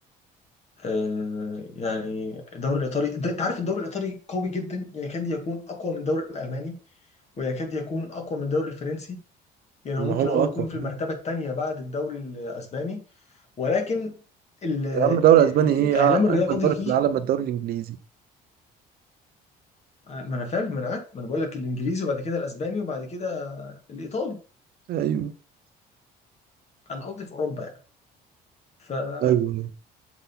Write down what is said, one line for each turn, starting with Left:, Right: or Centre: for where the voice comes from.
Left: آه يعني الدوري الايطالي ده انت عارف الدوري الايطالي قوي جدا يعني يكاد يكون اقوى من الدوري الالماني ويكاد يكون اقوى من الدوري الفرنسي يعني
Right: طب
Left: ممكن
Right: ما هو
Left: هو
Right: اقوى
Left: يكون في المرتبه
Right: فعلا.
Left: الثانيه بعد الدوري الاسباني ولكن ال ال
Right: يا عم دوري
Left: ال
Right: اسباني ايه
Left: الاعلام
Right: أع-
Left: الرياضي
Right: اجمل دوري
Left: فيه
Right: في العالم الدوري الانجليزي
Left: آه، ما انا فاهم ما انا عارف ما انا بقول لك الانجليزي وبعد كده الاسباني وبعد كده الايطالي
Right: ايوه
Left: انا قصدي في اوروبا يعني فبصراحه
Right: ايوه